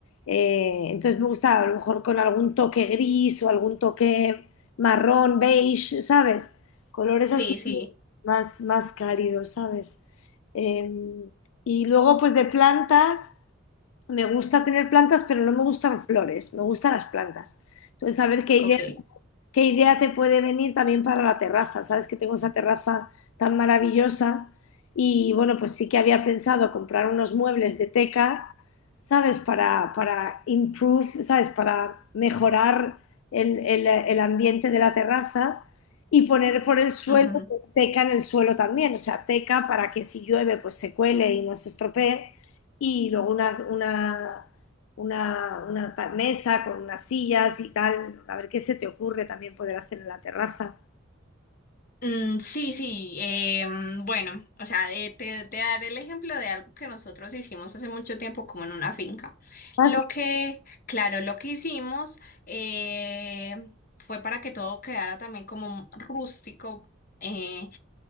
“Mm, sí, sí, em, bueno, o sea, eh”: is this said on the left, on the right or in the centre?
Left